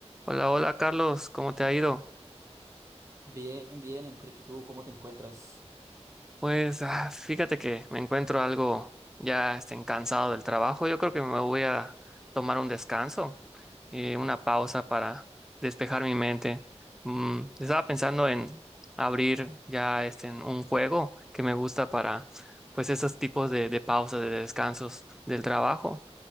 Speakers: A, in the centre; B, on the right.
A: Hola, hola Carlos, ¿cómo te ha ido?
B: Bien, bien, Enrique, ¿y tú cómo te encuentras?
A: Pues ah, fíjate que me encuentro algo ya este, cansado del trabajo. Yo creo que me voy a tomar un descanso, eh, una pausa para despejar mi mente. Mm, estaba pensando en abrir ya este, en un juego que me gusta para pues esos tipos de, de pausas, de descansos del trabajo.